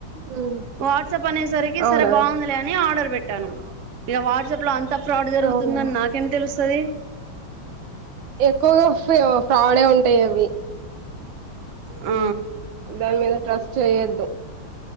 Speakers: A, on the right; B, on the right.
A: హ్మ్.
B: వాట్సాప్ అనేసరికి
A: అవునా
B: సరే బాగుందిలే అని ఆర్డర్ పెట్ట ట్టాను ఇక వాట్సాప్ లో అంత ఫ్రాడ్ జరుగుతుందని
A: అవునా
B: నాకేం తెలుస్తది
A: ఎక్కువగా ఫ్రాడే ఉంటాయి అవి
B: ఆ
A: దాని మీద ట్రస్ట్ చేయొద్దు